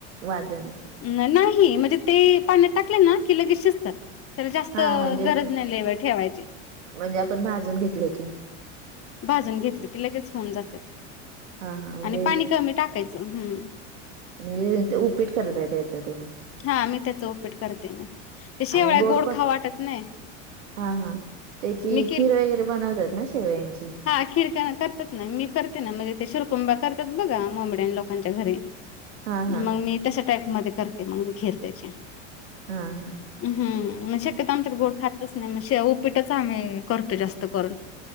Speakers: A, on the right; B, on the left.
A: वास जाण्यासाठी
B: नाही नाही! म्हणजे ते पाण्यात टाकले ना की लगेच शिजतात. त्याला जास्त
A: हां म्हणजे
B: गरज नाही लई वेळ ठेवाय
A: म्हणजे आपण भाजून घेतले की
B: भाजून घेतलं की लगेच होऊन जात्यात
A: हां हां म्हणजे
B: आणि पाणी कमी टाकाय चं हम्म.
A: म्हणजे ते उपीट करताय त्याच तुम्ही!
B: हां मी त्याच उपीट करते मी. ते शेवळ्या
A: आणि गोड पण
B: खाऊ वाटत नाही.
A: हां हां. त्याची
B: मी
A: खीर वगैरे बनवतात ना शेवयांची?
B: हां खीर तेन करतात ना मी करते ना म्हणजे ते शिरकुंबा करतात बघा मोमेडियन लोकांच्या घरी.
A: हां हां
B: मग मी तशा टाईप मध्ये करते मग मी खीर त्याची.
A: हां हां
B: हम्म शक्यतो आमच्यात गोड खातच नाही शेवया उपीटच आम्ही करतो जास्त करून.